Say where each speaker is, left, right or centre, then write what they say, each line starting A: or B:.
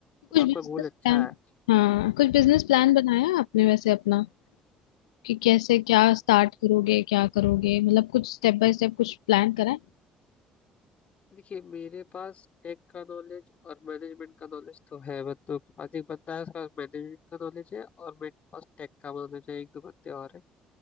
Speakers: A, on the left (about 75°); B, on the left (about 45°).
A: कुछ बिजनेस
B: आपका गोल अच्छा
A: प्लान
B: है
A: हाँ कुछ बिजनेस प्लान बनाया आपने वैसे अपना कि कैसे क्या स्टार्ट करोगे क्या करोगे मतलब कुछ स्टेप बाय स्टेप कुछ प्लान करा है
B: देखिए मेरे पास टेक का नॉलेज और मैनेजमेंट का नॉलेज तो है बंदों के पास एक बंदा है उसका मैनेजमेंट का नॉलेज है और मेरे पास टेक का नॉलेज है एक दो बंदे और है